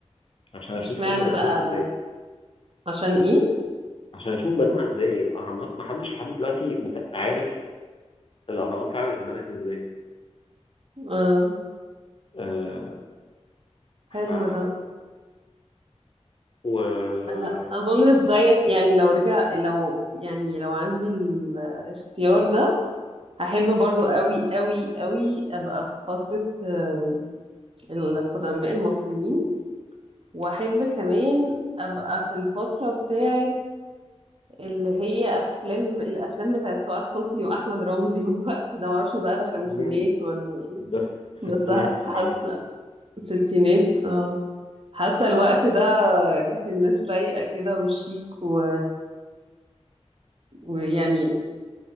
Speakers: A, on the left; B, on the right.
A: عشان اشوف
B: اشمعنى
A: هم بنوها
B: بقى
A: ازاي
B: عشان ايه
A: عشان اشوف بنوها ازاي الاهرامات محدش لحد دلوقتي مت- عارف الاهرامات فعلا اتبنت ازاي
B: اه
A: آه ف
B: حلو ده
A: و
B: انا اظن زيك يعني لو رجع لو يعني لو عندي الاختيار ده هحب برضو قوي قوي قوي ابقى في فترة آه، القدماء المصريين واحب كمان ابقى في الفتره بتاعه اللي هي افلام الافلام بتاعه سعاد حسني واحمد رمزي <laughs> والوقت ده معرفش بقى ده خمسينات
A: مم،
B: ولا ايه
A: ده في
B: بس
A: الستينات
B: ه-
A: سبعينات
B: حاسه ستينات اه حاسه الوقت ده كانت الناس رايقه كده وشيك و... ويعني